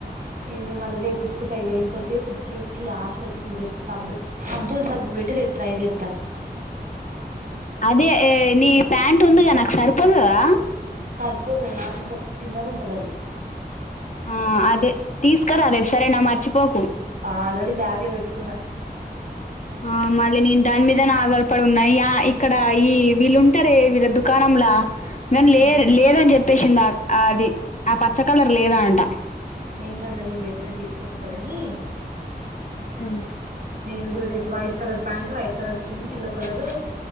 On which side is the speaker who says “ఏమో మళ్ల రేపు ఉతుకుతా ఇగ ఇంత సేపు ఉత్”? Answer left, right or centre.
Right